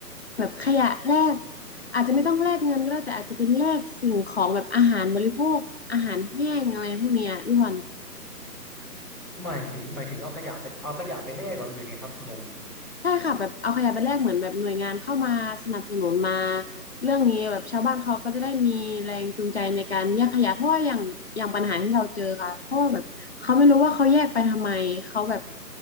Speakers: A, on the left; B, in the centre.
A: แบบขยะแลกอาจจะไม่ต้องแลกเงินก็ได้แต่อาจจะเป็นแลกสิ่งของแบบอาหารบริโภคอาหารแห้งอะไรพวกเนี้ยพี่พร
B: หมายถึงหมายถึงเอาขยะไปเอาขยะไปแลกเหรอหรือไงครับงง
A: ใช่ค่ะแบบเอาขยะไปแลกเหมือนแบบหน่วยงานเข้ามาสนับสนุนมาเรื่องนี้แบบชาวบ้านเขาก็จะได้มีแรงจูงใจในการแยกขยะเพราะว่าอย่างอย่างปัญหาที่เราเจอค่ะเพราะว่าแบบเขาไม่รู้ว่าเขาแยกไปทำไมเขาแบบ